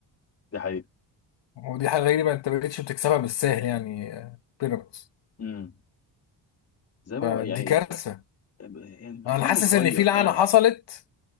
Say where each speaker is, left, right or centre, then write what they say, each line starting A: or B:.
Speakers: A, on the left; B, on the left.
A: دي حقيقة
B: ودي حاجه غريبه انت ما بقتش بتكسبها بالسهل يعني آه، بيراميدز
A: امم زي ما
B: فدي
A: يعني
B: كارثه
A: ف... يعني الموضوع
B: انا حاسس
A: متغير
B: ان في لعنه
A: اه
B: حصلت